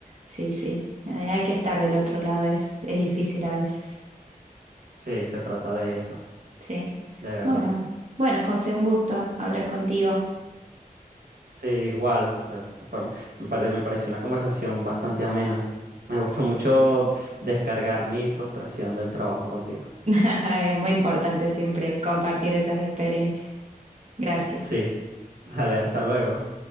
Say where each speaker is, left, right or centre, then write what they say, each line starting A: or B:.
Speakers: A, on the right (about 45°); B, on the right (about 85°).
A: Sí, sí, hay hay que estar del otro lado, es, es difícil a veces.
B: Sí, se trata de eso,
A: Sí.
B: de verdad.
A: Bueno, bueno, José, un gusto hablar contigo.
B: Sí, igual. Me me pare- me pareció una conversación bastante amena. Me gustó mucho descargar mi frustración del trabajo contigo.
A: <laughs> Es muy importante siempre compartir esas experiencias. Gracias.
B: Sí. Dale, hasta luego.